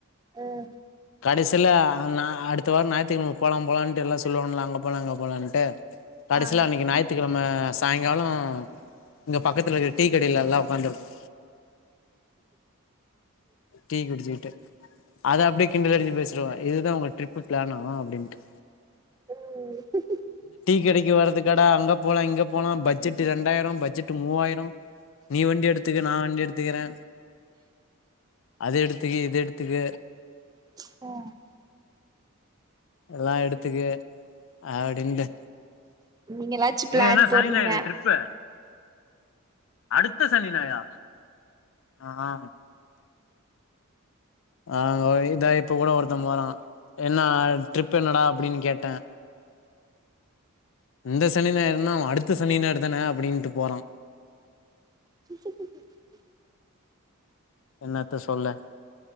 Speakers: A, on the right; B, on the left.
A: ம்
B: கடைசில அ நா அடுத்த வாரன் ஞாயித்துக்கெழம போலாம் போலான்ட்டு எல்லா சொல்லுவான் இல்ல அங்க போலா இங்க போலான்ட்டு கடைசில
A: ஆ
B: அன்னைக் ஞாயித் த்துகெழம சாயங்காலோ இங்க பக்கத்துல இருக்க டீ கடைல எல்லா ஒக்காந்துருப்போ டீ குடிச்சிட்டு அத அப்டியே கிண்டல் அடிச்சி பேசிருவோ இதுதா உங்க ட்ரிப்பு பிளேனா அப்டின்ட்டு
A: ம்
B: கெடைக்கு வரதுக்காடா அங்கப் போலா இங்கப் போலா பட்ஜெட்டு ரண்டாயிரம் பட்ஜெட்டு மூவாயிரோ நீ வண்டி எடுத்துக்க நா வண்டி எடுத்துக்கிறே அது எடுத்துக்கு இத எடுத்துக்க
A: <unintelligible>
B: எல்லா எடுத்துக்க அப்டீண்டு
A: நீங்களாச்சு பிளான்
B: ஏ என்னா
A: போடுறீங்க
B: சனி ஞாயிறு ட்ரிப்பு அடுத்த சனி ஞாயிறா ஆ ஆ ஆங்க ஒரு இதா இப்ப கூட ஒருத்த போறா என்னா ட்ரிப்பு என்னடா அப்டீன்னு கேட்டே இந்த சனி ஞாயிறுனா அவ அடுத்த சனி ஞாயிறு தானே அப்டின்ட்டு போறா
A: <inaudible>
B: என்னாத்த சொல்ல